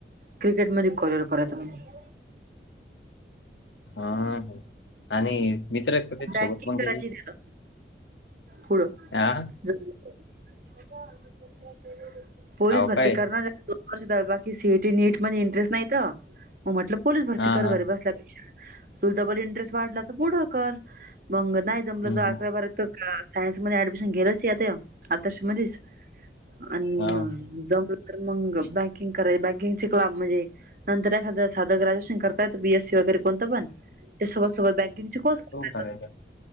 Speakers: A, on the right; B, on the left.
A: क्रिकेटमध्ये करिअर करायं म्हणजे
B: हा आणि मित्र का ते
A: बँकिंग
B: सोबत मग त्याचे
A: करायची गेलं पुढं
B: हा
A: <unintelligible> पोलीस
B: हाव
A: भर्ती
B: काय
A: करणार <unintelligible> बा की सी ई टी नीट मध्ये इंटरेस्ट नाहीत मग म्हटलं पोलीस भरती
B: हा
A: कर
B: हा
A: घरी बसल्यापेक्षा. तुल डबल इंटरेस्ट वाढला का पुढ कर. मंग नाही जमलं
B: हम्म
A: तर आकरा
B: हम्म
A: बारा तक अ सायन्स मध्ये ऍडमिशन गेलंच आता या आदर्श मध्येच अन
B: हाव
A: जमलं तर मग बँकिंग कराय बँकिंगचे क्ला म्हणजे नंतर एखादया सादं ग्रॅज्युएशन करतायत बीएसी वगैरे कोणता पण त्या सोबत-सोबत बँकिंगचे कोर्स येतात.
B: सगळ्यांचा